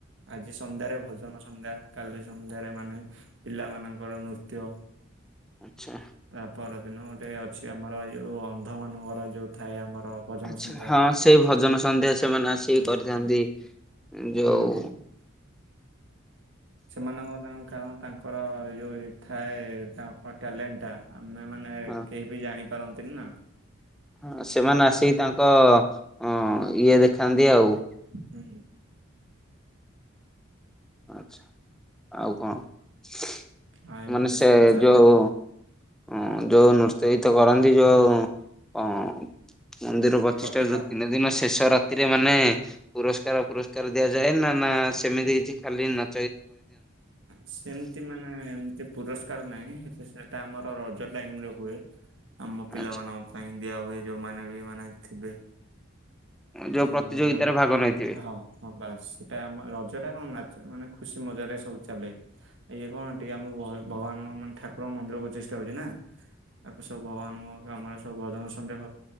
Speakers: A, on the right; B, in the centre.
A: ଆଜି ସନ୍ଧ୍ୟାରେ ଭଜନ ସନ୍ଧ୍ୟା କାଲି ସନ୍ଧ୍ୟାରେ ମାନେ। ପିଲା ମାନଙ୍କର ନୃତ୍ୟ।
B: ଆଚ୍ଛା।
A: ତା ପର ଦିନ ଗୋଟେ ଅଛି ଆମର ଏ ଯୋଉ ଅନ୍ଧ ମାନଙ୍କର ଯୋଉ ଥାଏ ଆମର। ଭଜନ
B: ଆଛା
A: ସନ୍ଧ୍ୟା।
B: ହଁ ସେ ଭଜନ ସନ୍ଧ୍ୟା ସେମାନେ ଆସିକି
A: ହଁ
B: କରିଥାନ୍ତି ଯୋଉ।
A: ହୁଁ ସେମାନଙ୍କ ତାଙ୍କ କାରଣ ତାଙ୍କର ଏ ଯୋଉ ଥାଏ ତାଙ୍କ ଟ୍ୟାଲେଣ୍ଟଟା‌। ଆମେ ମାନେ
B: ହଁ
A: କେହି ବି ଜାଣିପାରନ୍ତିନି ନା।
B: ହଁ ସେମାନେ ଆସିକି ତାଙ୍କ ଅଁ ଇଏ ଦେଖାନ୍ତି ଆଉ।
A: ହୁଁ।
B: ଆଚ୍ଛା ଆଉ କଣ
A: ଆଉ ଏମିତି
B: ମାନେ ସେ
A: ସବୁ ଚାଲେ
B: ଯୋଉ‌। ଉଁ ଯୋଉ ନୃତ୍ୟହିତ କରନ୍ତି ଯୋଉ ଅଁ। ମନ୍ଦିର ପଚିଷ୍ଟା
A: ପ୍ରତିଭା।
B: ଯୋଉ ତିନେ। ସେ ଦିନ ଶେଷ ରାତିରେ ମାନେ ପୁରସ୍କାର ପୁରସ୍କାର ଦିଆଯାଏ ନା ନା ସେମିତି କିଛି କାଲିନା।
A: ସେମ ଏମିତି ମାନେ ଏମତି ପୁରସ୍କାର ନାହିଁ ସେଟା ଆମର ରଜ ଟାଇମରେ ହୁଏ। ଆମ ପିଲାମାନାନଙ୍କ
B: ଆଚ୍ଛା
A: ପାଇଁ ଦିଆ ହୁଏ ଯୋଉମାନେ ବି ମାନେ ଥିବେ। ସାଙ୍ଗମାନଙ୍କୁ
B: ଯୋଉ ପ୍ରତିଯୋଗିତାରେ
A: ଦିଆ ହୁଏ‌
B: ଭାଗ ନେଇଥିବେ।
A: ହଁ। ହଁ ବାସ ସେଇଟା ଆମ ରଜ ଟା କଣ ନାଚ ମାନେ ଖୁସି ମଜାରେ ସବୁ ଚାଲେ। ଇଏ କଣ ଟିକେ ଆମ ଭଗବାନ ମାନେ ଠାକୁରଙ୍କ ମନ୍ଦିର ପ୍ରତିଷ୍ଟା ହଉଛି ନା। ତାଙ୍କୁ ସବୁ ଭଗବାନଙ୍କ କାମରେ ସବୁ ଭଜନ ସନ୍ଧ୍ୟା